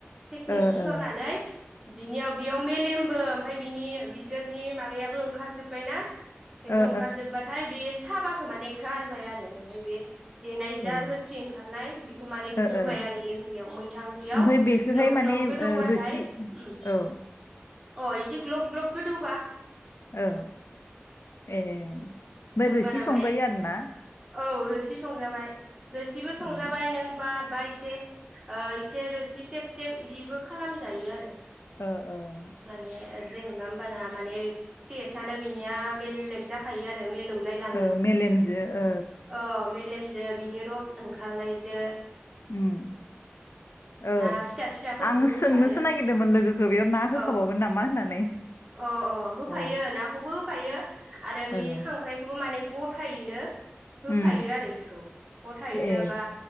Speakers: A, on the right (about 15°); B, on the left (about 70°).
A: चेकनि
B: ओ
A: सि सरनानै
B: ओ
A: बिनियाव बेयाव मेलेम ओ ओमफ्राय बिनि बिजोरनि माबायाबो ओंखारजोब्बायना। बेखौ
B: ओ
A: ओंखारजोब्बाथाय बेयो साबा खो माने गारबाय आरो ओमफ्राय बे देनाय जा
B: ए
A: रोसि ओंखारनाय बेखौ माने
B: ओ
A: होबाय
B: ओ
A: आरो इ ओंख्रियाव मैथा ओंख्रियाव
B: ओमफ्राय बेखौहाय
A: ग्लब
B: माने
A: ग्लब गोदौबाथाय
B: ओ रोसि
A: ओम
B: औ
A: अ इदि ग्लब ग्लब गोदौ
B: औ ए ओमफ्राय
A: होमबाना
B: रोसि संजायो
A: माने
B: आरोना
A: औ रोसि संजाबाय रोसिबो संजाबाय
B: औ
A: नों बा बायसे ओ इसे रोसि टेप स्टेब इदिबो खालाम जायो आरो
B: औ औ
A: माने जेनेबा होमबाना माने टेस्टनो बिनिया बेलेग जाखायो आरो मेल मिलौलाय लाङो
B: ओ मेलेमजो ओ
A: अ मेलेम जे बिनि रस ओंखारनायजों
B: उन ओ
A: ना फिसा फिसाफोरखौ
B: आं
A: होफादो
B: सोंनोसो नागिरदोंमोन लोगोखौ बेयाव ना होफाबावगोन
A: अ
B: नामा होननानै।
A: अ अ होफायो
B: ओ
A: नाखौबो होफायो आरो बि
B: औ
A: खांख्रायखौबो माने गथायैनो होफायो
B: उम
A: आरो बेखौ गथायैनो
B: ए
A: बा